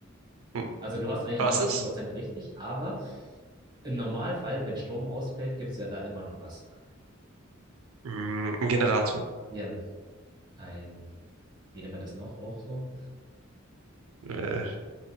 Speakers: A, on the right; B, on the right.
A: hm,
B: Also du hast eigentlich
A: Was
B: neunundneunzig
A: ist?
B: Prozent richtig, aber im Normalfall, wenn Strom ausfällt, gibt es ja da immer noch was.
A: Mm, Ein Generator.
B: Ja, ein, wie nennt man das noch auch so?
A: Äh,